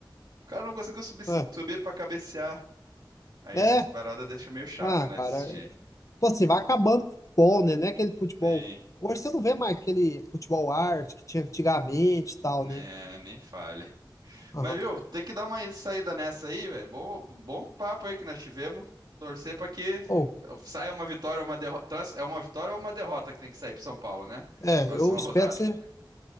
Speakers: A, on the right; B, on the left.
A: cara não conseguiu subir,
B: ah,
A: subir pra cabecear. Aí
B: é.
A: essas paradas deixam meio chato,
B: Ah,
A: né,
B: cara.
A: de assistir.
B: é, Tipo assim, vai acabando o futebol, né? Não é aquele futebol.
A: Sim,
B: Hoje você não vê mais aquele futebol arte que tinha antigamente e tal,
A: né,
B: né?
A: nem falha.
B: Aham.
A: Mas, viu, tem que dar uma saída nessa aí, velho. Bom, bom papo aí que nós tivemos. Torcer pra que
B: Ou,
A: saia uma vitória ou uma derrota. Então, É uma vitória ou uma derrota que tem que sair pro São Paulo, né?
B: é,
A: Próxima
B: eu espero
A: rodada.
B: que seja.